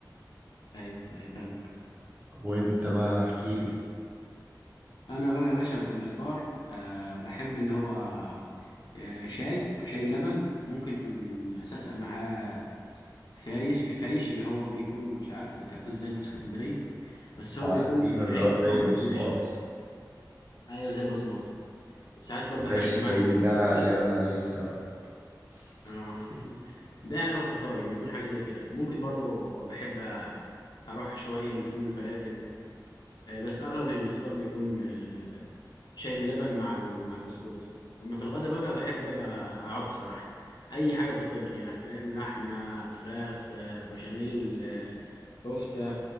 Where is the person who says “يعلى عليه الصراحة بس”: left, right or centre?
Right